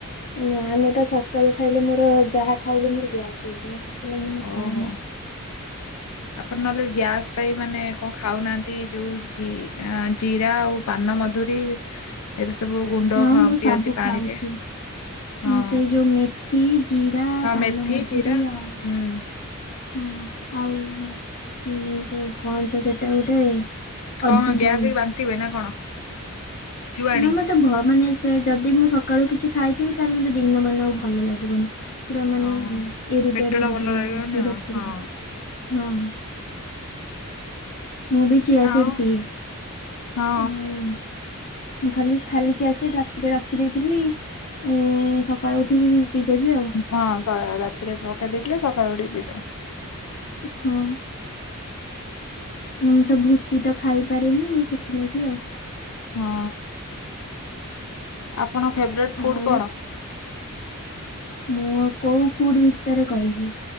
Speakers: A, on the left; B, on the left.
A: ନା ଆମେ ପା ସକାଳୁ ଖାଇଲେ ମୋର ଯାହା ଖାଇଲେ ମୋର ଗ୍ୟାସ୍ ହେଇଯିବ ସେଥିଲାଗି ମୁଁ ଖାଏ
B: ଓହୋ
A: ନା।
B: ଆପଣ ନଲେ ଗ୍ୟାସ୍ ପାଇଁ ମାନେ କଣ ଖାଉନାଆନ୍ତି। ତି ଯୋଉ ଜିରା ଜିରା ଆଉ ପାନ ମଧୁରୀ ଏରା ସବୁ ଗୁଣ୍ଡ
A: ହଁ
B: ଖ
A: ମୁଁ
B: ପିଅନ୍ତି
A: ସବୁ
B: ପାଣିରେ।
A: ଖାଉଛି।
B: ହଁ
A: ମୁଁ ସେଇ ଯୋଉ ମେଥି ଜିରା
B: ହଁ
A: ପାନମଧୁରୀ
B: ମେଥି ଜିରା
A: ଆଉ
B: ହୁଁ
A: ହଁ ଆଉ ଯୋଉ କଅନ୍ତ ସେଟା ଗୋଟେ ଅ
B: କଣ ଗ୍ୟାସ
A: ଯୋଉ
B: ହେଇ ବାନ୍ତି ହୁଏ ନା କଣ? ଜୁଆଣି
A: ନା ମତେ ଭ ମାନେସ୍ ସେ ଯଦି ମୁଁ ସକାଳୁ କିଛି ଖାଇଥିବି ତାଲେ ମତେ ଦିନ ମାନ ଆଉ ଭଲ ଲାଗିବନି। ପୁରା ମାନେ
B: ଓହୋ।
A: ଇରିଟେଡ
B: ପେଟ ଟା
A: ଇରିଟେଡ
B: ଭଲ ରହିବନି
A: ଲାଗିବ ବିରକ୍ତି
B: ଆଉ ହଁ
A: ପୁରା ହଁ। ମୁଁ ବି ଚିଆ
B: ଆଉ
A: ସିଡ଼ ପିଏ
B: ହଁ
A: ଆଉ ମୁଁ ଖାଲି ଖାଲି ଚିଆ ସିଡ ରାତିରେ ରଖିଦେଇଥିବି ଏ ସକାଳୁ ଉଠିକି ବି ପିଇଦେବି ଆଉ।
B: ହଁ ସ ରାତିରେ ପକେଇ ଦେଇଥିଲେ ସକଳୁ ଉଠିକି ପିଦବ।
A: ହଁ। ମୁଁ ତ ଭୁସି ତ ଖାଇପାରେନି ସେଥିଲାଗି ଆଉ।
B: ହଁ। ଆପଣ ଫେବ୍ରେଟ୍ ଫୁଡ୍
A: ଆଉ
B: କଣ?
A: ମୁଁ କୋଉ ଫୁଡ ଭିତରେ କହିବି